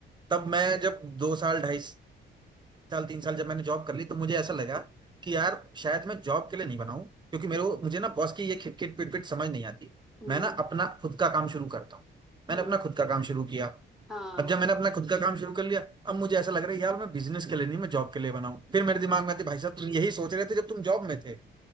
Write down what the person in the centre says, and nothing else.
हम्म
हम्म
हाँ